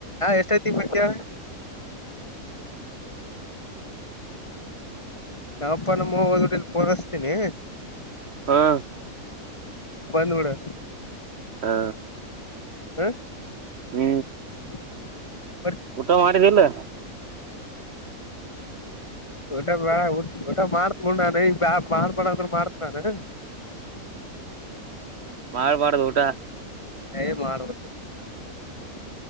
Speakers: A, on the left; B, on the right.
A: ಎಷ್ಟೋತ್ತಿಗೆ ಬರ್ತೀಯ. ನಮ್ಮ ಅಪ್ಪ ನಮ್ಮ ಅವ್ವೋ ಹೋದೋಡಿಲ್ಲಿ ಫೋನೇ ಹಚ್ಚಿತಿನಿ.
B: ಹಾ
A: ಬಂದುಬಿಡು.
B: ಹಾ
A: ಹ
B: ಹ್ಮ್
A: <unintelligible>
B: ಊಟ ಮಾಡಿದ್ದಿಲ್ಲ.
A: ಊಟ ಊಟ ಮಾಡತ್ ಈಗ ಮಾಡಬೇಡ ಅಂದ್ರು ಮಾಡ್ತಾನೆ
B: ಮಾಡಬಾರ್ದ ಊಟ.
A: ಹೇ ಮಾಡಬೇಕು